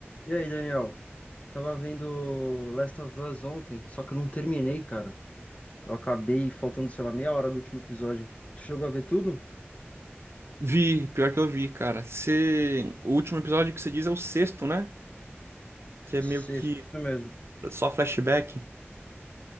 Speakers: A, on the left; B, on the right.
A: E aí, Daniel? Tava vendo Last of Us ontem, só que eu não terminei, cara. Eu acabei faltando, sei lá, meia hora do último episódio. Tu chegou a ver tudo?
B: Vi, pior que eu vi, cara. Você... O último episódio que você diz é o sexto, né? Que é meio
A: Sexto,
B: que
A: isso mesmo.
B: só flashback.